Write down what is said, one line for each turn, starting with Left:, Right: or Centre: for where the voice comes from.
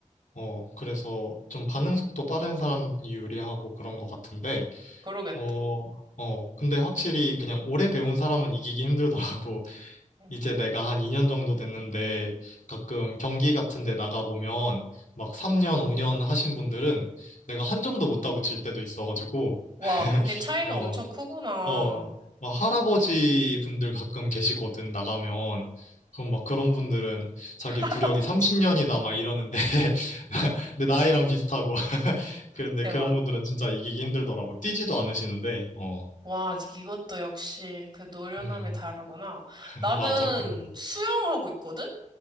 Left: 어, 그래서 좀 반응 속도 빠른 사람이 유리하고 그런 것 같은데,
Right: 그러겠다.
Left: 어, 어, 근데 확실히 그냥 오래 배운 사람은 이기기 힘들더라고. <laughs>
Right: 음.
Left: 이제 내가 한 2년 정도 됐는데, 가끔 경기 같은 데 나가보면, 막 3년, 5년 하신 분들은 내가 한 점도 못 따고 질 때도 있어가지고,
Right: 와,
Left: <laughs>
Right: 그게 차이가
Left: 어,
Right: 엄청 크구나.
Left: 어, 막 할아버지 분들 가끔 계시거든, 나가면. 그럼 막 그런 분들은 자기
Right: <laughs> 할아버지.
Left: 구력이 30년이다, 막 이러는데, <laughs> 근데 나이랑 비슷하고. <laughs> 그런데
Right: 대박.
Left: 그런 분들은 진짜 이기기 힘들더라고. 뛰지도 않으시는데, 어.
Right: 와, 이것도 역시 그 노련함이
Left: 음,
Right: 다르구나.
Left: <laughs>
Right: 나는
Left: 맞아, 그럼.
Right: 수영하고 있거든?